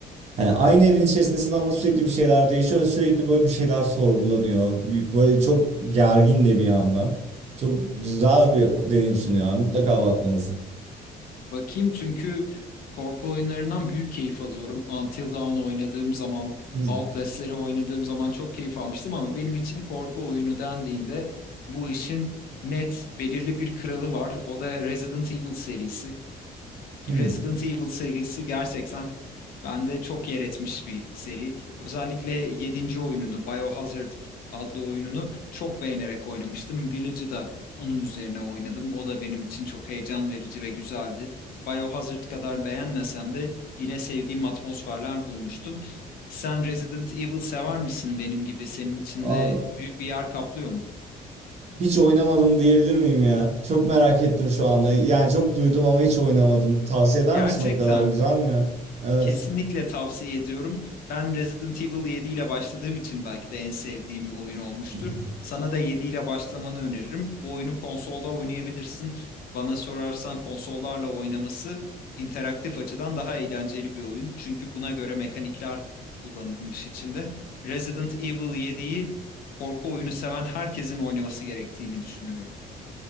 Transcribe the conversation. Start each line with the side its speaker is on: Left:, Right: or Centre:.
Right: Hani aynı evin içerisindesin ama sürekli bir şeyler değişiyor ve sürekli böyle bir şeyler sorgulanıyor. Böyle çok gergin de bir yandan. Çok güzel bir deneyim sunuyor. abi. Mutlaka bakmanızı.
Left: Bakayım çünkü korku oyunlarından büyük keyif alıyorum. Until Dawn oynadığım zaman,
Right: Hmm.
Left: Outlast'leri oynadığım zaman çok keyif almıştım ama benim için korku oyunu dendiğinde bu işin net belirli bir kralı var. O da Resident Evil serisi.
Right: Hmm.
Left: Resident Evil serisi gerçekten bende çok yer etmiş bir seri. Özellikle yedinci oyununu, Biohazard adlı oyununu çok beğenerek oynamıştım. Village'ı da onun üzerine oynadım. O da benim için çok heyecan verici ve güzeldi. Biohazard kadar beğenmesem de yine sevdiğim atmosferler bulmuştum. Sen Resident Evil sever misin benim gibi? Senin için
Right: Abi,
Left: de büyük bir yer kaplıyor mu?
Right: hiç oynamadım diyebilir miyim ya? Çok merak ettim şu anda. Yani çok duydum ama hiç oynamadım. Tavsiye eder
Left: Gerçekten
Right: misin o kadar güzel
Left: mi?
Right: mi ya? Evet.
Left: Kesinlikle tavsiye ediyorum. Ben Resident Evil 7 ile başladığım için belki de en sevdiğim oyun olmuştur.
Right: <laughs>
Left: Sana da 7 ile başlamanı öneririm. Bu oyunu konsolda oynayabilirsin. Bana sorarsan konsollarla oynaması interaktif açıdan daha eğlenceli bir oyun. Çünkü buna göre mekanikler kullanılmış içinde. Resident Evil 7'yi korku oyunu seven herkesin oynaması gerektiğini düşünüyorum.